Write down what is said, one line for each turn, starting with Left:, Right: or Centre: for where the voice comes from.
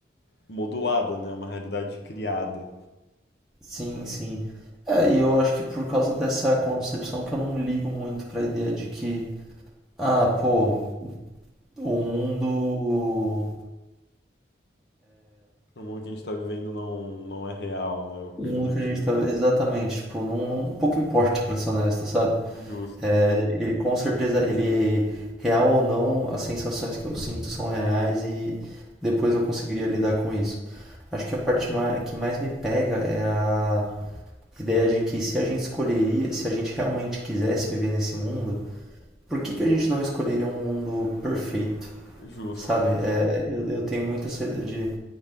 Left: modulada, né? Uma realidade criada.
Centre: sim, sim. É, e eu acho que por causa dessa concepção que eu não ligo muito pra ideia de que, ah, pô, o mundo.
Left: O mundo que a gente está vivendo não, não é real, né? Ou coisa
Centre: O mundo
Left: do
Centre: que
Left: tipo.
Centre: a gente tá. Exatamente, tipo, não, não... pouco importa, pra ser honesto, sabe?
Left: Justo,
Centre: É, ele ele com certeza, ele é real ou não, as sensações que eu sinto são reais e depois eu conseguiria lidar com isso. Acho que a parte ma- que mais me pega é a ideia de que se a gente escolheria, se a gente realmente quisesse viver nesse mundo, por que que a gente não escolheria um mundo perfeito?
Left: justo.
Centre: Sabe? É, eu, eu tenho muito essa ideia de